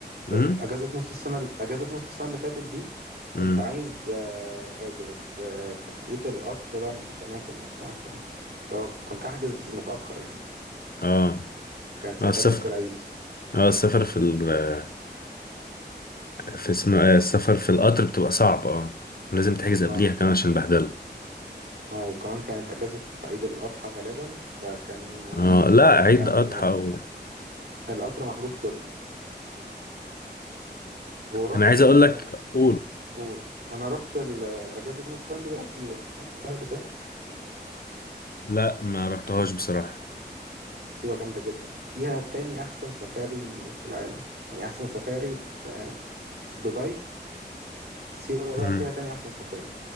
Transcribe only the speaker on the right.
في
أجازة نص السنة أجازة نص السنة اللي فاتت دي كنت
عايز آه آجي بس آه لقيت القطر بقى مفيش أماكن وبتاع فاللي هو كنت هحجز متأخر يعني
كانت ساعة
أجازة العيد
اه
اه وكمان كانت اجازة عيد الاضحى غالبا فكان آه،
كان
القطر محجوز كله ورحت
بقى
في...
و... انا رحت ال- اجازة نص سنة دي بقى سيوة رحتها قبل كده
سيوة جامدة جدا فيها تاني احسن سفاري في العالم يعني احسن سفاري في آه، دبي سيوة بقى
فيها تاني احسن سفاري